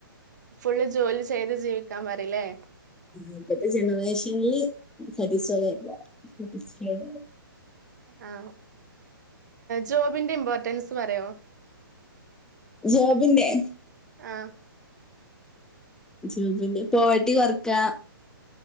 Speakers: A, on the right; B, in the centre.
A: ഫുള്ള് ജോലി ചെയ്ത് ജീവിക്കാൻ പറിലേ?
B: ആ ഇപ്പത്തെ ജനറേഷൻല് സറ്റിസ്ഫൈ ആയി നിക്കാ <unintelligible>
A: ആ ജോബിന്റെ ഇമ്പോർട്ടൻസ് പറയാവോ?
B: ജോബിന്റെ?
A: ആഹ്.
B: ജോബിന്റെ പോവർട്ടി കൊർക്കാ